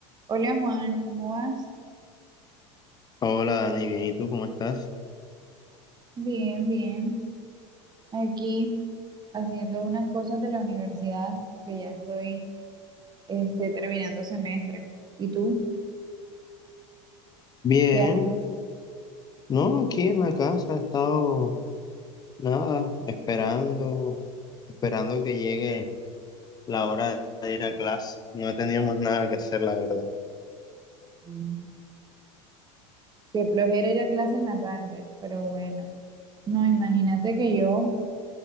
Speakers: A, on the right; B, on the left.
A: Hola Juan, ¿cómo vas?
B: Hola Dani, bien, ¿y tú cómo estás?
A: Bien, bien. Aquí haciendo unas cosas de la universidad que ya estoy este, terminando semestre. ¿Y tú
B: Bien,
A: qué haces?
B: no, aquí en la casa he estado nada, esperando, esperando que llegue la hora de ir a clase. No he tenido más nada que hacer, la verdad.
A: Mm. Qué flojera ir a clase en la tarde, pero bueno. No, imagínate que yo